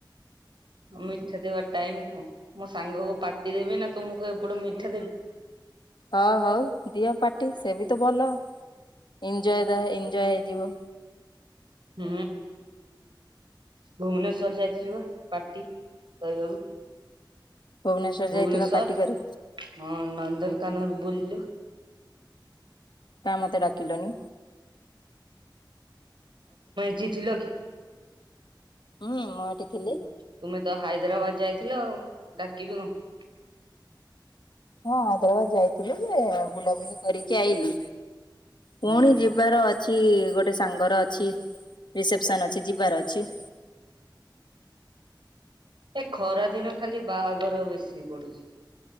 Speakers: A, on the right (about 70°); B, on the left (about 65°).
A: ମିଠା ଦେବାର ଟାଇମ କୁହ ମୋ ସାଙ୍ଗକୁ ପାଟି ଦେବି ନା ତୁମକୁ ଏପଟେ ମିଠା ଦେବି।
B: ହଁ ହଉ ଦିଅ ପାଟି ସେ ବି ତ ଭଲ ଏଞଜୟ ଏଞଜୟ ହେଇଯିବ।
A: ହୁଁ। ଭୁବନେଶ୍ଵର ଯାଇଥିଲି ବା ପାଟି କହିବାକୁ।
B: ଭୁବନେଶ୍ଵର
A: ଭୁବନେଶ୍ଵର
B: ଯାଇଥିଲ ପାର୍ଟି କରି
A: ହଁ ନନ୍ଦନକାନନ ବୁଲିଲୁ।
B: କାଇଁ ମତେ ଡାକିଲନି।
A: କି ଥିଲ କି?
B: ହୁଁ ମୁଁ ଏଠି ଥିଲି
A: ତୁମେ ତ ହାଇଦ୍ରାବାଦ ଯାଇଥିଲ ଆଉ ଡାକିବି କଣ।
B: ହଁ ହାଇଦ୍ରାବାଦ ଯାଇଥିଲୁ ଯେ ବୁଲାବୁଲି କରିକି ଆଇଲି। ପୁଣି
A: ହୁଁ
B: ଯିବାର ଅ ଛି ଗୋଟେ ସାଙ୍ଗର ଅଛି ରିସେପସନ ଅଛି ଯିବାର ଅଛି। <inaudible>
A: ଏ ଖରା ଦିନ ଖାଲି ବାହାଘର ବେଶୀ ପଡୁଛି।